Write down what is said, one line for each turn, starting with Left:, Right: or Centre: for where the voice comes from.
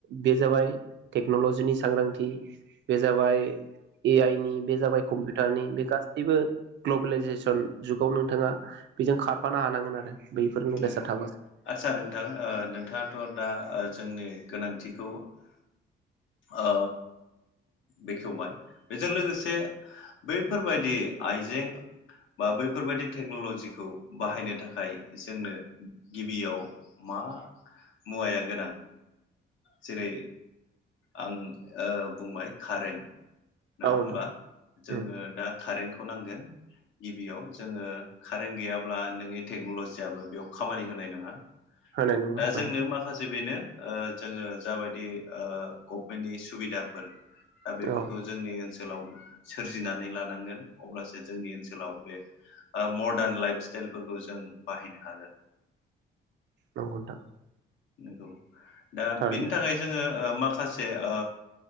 Right: बे जाबाय टेक्न'लजिनि सांग्रांथि। जाबाय ए आइ नि बे जाबाय कम्पिउटार नि बे गासैबो ग्लबेलइजेसन जुगाव नोंथाङा बेजों खारफानो हानांगोन आरो बैफोर नलेजआ
Left: नंगौ
Right: थाबासो
Left: आदसा नोंथां नोंथाङाथ' दा ओ जोंनि गोनांथिखौ ओ बेखेवबाय बेजों लोगोसे बैफोरबायदि आइजें बा बैफोरबायदि टेक्न'लजिखौ बाहायनो थाखाय जोंनो गिबियाव मा मुवाया गोनां? जेरै आं बुंबाय कारेन्ट नङा
Right: औ नोंथां
Left: होनबा जोङो
Right: उम
Left: दा कारेन्ट खौ नांगोन गिबियाव जोङो कारेन्ट गैयाब्ला नोंनि टेक्न'लजियाबबो बेयाव खामानि होनाय नङा।
Right: होनाय नङा ओहो
Left: दा जोंनो माखासे बेनो ओ जोङो जाबायदि गभमेन्टनि सुबिदाफोर दा बेफोरखौ
Right: औ
Left: जोंनि ओन सोलाव सोरजिनानै लानांगोन अब्लासो जोंनि ओनसोलाव बे मडार्न लाइफ स्टाइलफोरखौ जों बाहायनो हागोन।
Right: नंगौ नोंथां।
Left: नोंगौ। दा
Right: थारैनो
Left: बिनि थाखाय जोङो। ओ माखासे ओ